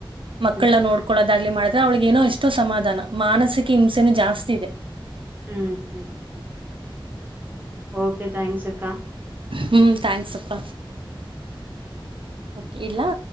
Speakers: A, on the right; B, on the right.
A: ಮಕ್ಕಳ
B: ಹ್ಮ್
A: ನೋಡ್ಕೊಳದಾಗ್ಲಿ ಮಾಡ್ ಅವಳಿಗ್ ಏನೋ ಎಷ್ಟೋ ಸಮಧಾನ ಮಾನಸಿಕ ಸ್ಕಿಮ್ಸ್ ನು ಜಾಸ್ತಿ
B: ಓಕೆ
A: ಇದೆ.
B: ಹ್ಮ್ ಹ್ಮ ಹ್ಮ ಓಕೆ ಥಾಂಕ್ಸ್
A: ಹ್ಮ್ ಥಾಂಕ್ಸ್ ಅಪ್ಪ. ಕೆ ಇಡ್ಲಾ?